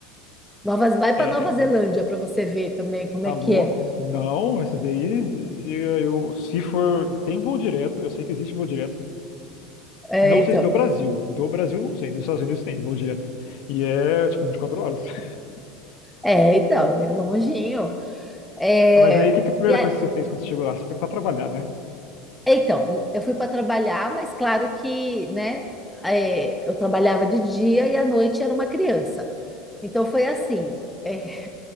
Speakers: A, in the centre; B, on the left.
A: Novas, vai para
B: É,
A: Nova
B: aí
A: Zelândia para você ver também como
B: tá
A: é
B: louco?
A: que é.
B: Não, esses aí, eu, eu- se for. Tem voo direto, eu sei que existe voo direto.
A: É,
B: Não
A: então,
B: sei se do Brasil. Do Brasil, não sei. Nos Estados Unidos tem, vou direto. E é, tipo, 24 horas. <laughs>
A: é, então, é longinho. É,
B: Mas aí, o que que é a primeira
A: e é-
B: coisa que você fez quando você chegou lá? Você foi pra trabalhar, né?
A: é, então, eu fui para trabalhar, mas claro que, né, é, eu trabalhava de dia e à noite era uma criança. Então foi assim. é,